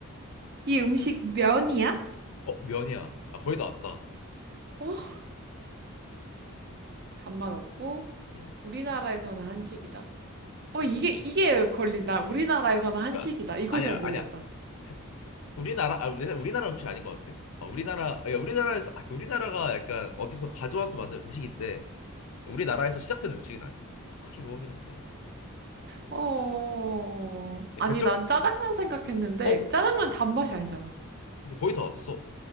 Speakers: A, on the right; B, on the left.
A: 이 음식 면이야?
B: 어 면이야. 아 거의 다 왔다.
A: 어? 단맛 없고
B: 음,
A: 우리나라에서는 한식이다. 어 이게 이게 걸린다. 우리나라에서는 한식이다.
B: 그러니까
A: 이걸
B: 아니야
A: 잘 모르겠다.
B: 아니야. 그 우리나라 아 우리 우리나라 음식 아닌 것 같아. 어, 우리나라 야, 우리나라에서 아, 그 우리나라가 약간 어디서 가져와서 만든 음식인데. 우리나라에서 시작된 음식은 아니야. 아, 크게 그거긴 한데.
A: 어
B: 근데
A: 아니
B: 결정,
A: 난 짜장면 생각했는데
B: 어?
A: 짜장면 단맛이 아니잖아.
B: 너 거의 다 왔어.